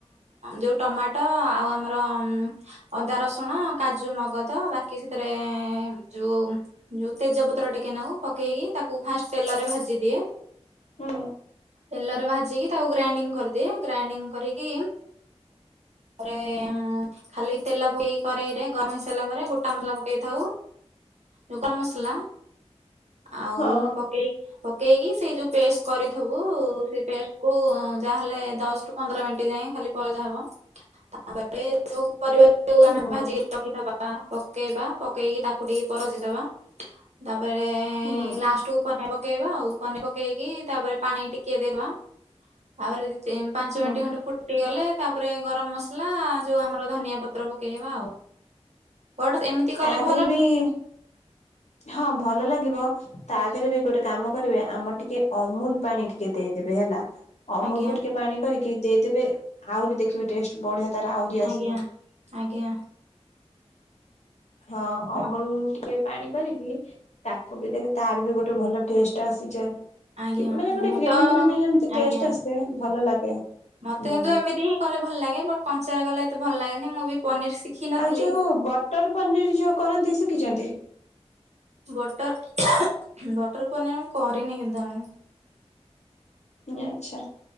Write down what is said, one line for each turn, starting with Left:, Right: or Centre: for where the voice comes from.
Right: ଯୋଉ ଟମାଟୋ ଆଉ ଆମ ରମ୍ ଅଦା ରସୁଣ କାଜୁ ମଗଦ ବାକି ସେଥିରେ ଯୋଉ ଯୋଉ ତେଜପତ୍ର ଟିକେ ପକେଇକି ତାକୁ ଫାଷ୍ଟ ତେଲରେ ଭାଜି ଦିଏ।
Left: ହୁଁ।
Right: ତେଲରେ ଭାଜିକି ତାକୁ ଗ୍ରାଇଣ୍ଡିଙ୍ଗ କରିଦିଏ ଗ୍ରାଇଣ୍ଡିଙ୍ଗ କରିକି ରେ ଉଁ ଖାଲି ତେଲ ପକେଇ କରୋଇ ରେ ଗରମ ହେଇ ସାରିଲା ପରେ ଗୋଟା ମସଲା ପକେଇଥାଉ। ଲୁଗା ମସଲା। ଆଉ
Left: ହଁ
Right: ପକେଇି ପକେଇକି ସେଇ ଯୋଉ ପେଷ୍ଟ କରିଥିବୁ ସେ ପେଷ୍ଟ କୁ ଯାହାଲେ ଦଶ ରୁ ପନ୍ଦର ମିନିଟ ଯାଏ ଖାଲି ପଜା ହବ ତାପରେ ଯୋଉ ପରିବା ଯୋଉ ଆମେ
Left: ହୁଁ
Right: ଭାଜିକି ରଖିଥିବା। ପକେଇବା ପକେଇକି ତାକୁ ଟିକେ ପରଜିଦବା ତାପ ତାପରେ
Left: ହୁଁ
Right: ଲାଷ୍ଟକୁ ପନିର ପକେଇ ପକେଇବା ଆଉ ପନି ପକେଇକି ତାପରେ ପାଣି ଟିକେ ଦେବା ତାପରେ ପାଞ୍ଚ
Left: ହୁଁ
Right: ମିନିଟ୍ ଖଣ୍ଟେ ଫୁଟିଗଲେ ତାପରେ ଗରମ ମସଲା ଯୋଉ ଆମର ଧନିଆ ପତ୍ର ପକେଇବା ଆଉ ବଟ ଏମିତି
Left: ତା
Right: କଲେ ଭଲ।
Left: ଦେହରେ ବି ହଁ ଭଲ ଲାଗିବ ତା ଦେହରେ ବି ଗୋଟେ କାମ କରିବେ ଆମର ଟିକେ ଅମୁଲ ପାଣି ଟିକେ ଦେଇ କେବେ ହେଲା ଅମୁଲ୍
Right: ଆଜ୍ଞା
Left: କୁୁ ଟିକେ ପାଣି କରିକି ଦେଇଦେବେ ଆହୁରି ଦେଖିବେ ଟେଷ୍ଟ ବଢିଆ ତ ଆହୁରି ଆସବ।
Right: ଆଜ୍ଞା ଆଜ୍ଞା
Left: ହଁ ଅମୁଲ୍
Right: ମ-
Left: ଟିକେ ପାଣି କରିକି ତାକୁ ଭିତରେ ତାର ବି ଗୋଟେ ଟୁ ଭଲ ଟେଷ୍ଟ ଆସିଯାଏ
Right: ଆଜ୍ଞା
Left: ମାନେ ଗୋଟେ
Right: ମୁଁ
Left: କ୍ରିମି
Right: ତ
Left: କ୍ରିମି ଯେମିତି
Right: ଆଜ୍ଞା
Left: ଟେଷ୍ଟ ଆସେ ଭଲ ଲାଗେ।
Right: ମତେ
Left: ହୁଁ।
Right: କିନ୍ତୁ ଏମିତି ହିଁ କଲେ ଭଲ ଲାଗେ ବଟ କଞ୍ଚରା କଲେ ଏତେ ଭଲ ଲାଗେନି ମୁଁ ବି ପନିର ଶିଖି ନଥିଲି
Left: ଆଉ ଯୋଉ ବଟର ପନିର ଯୋଉ କରନ୍ତି ଶିଖିଛନ୍ତି?
Right: ବଟର ବଟର ପନିର ମୁଁ କରିନି କେତେବେଳେ।
Left: ନି ଆଚ୍ଛା।